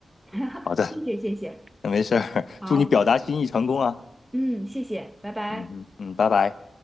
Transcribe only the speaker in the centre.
<laughs>
谢谢谢谢，
好，
嗯，谢谢，拜拜。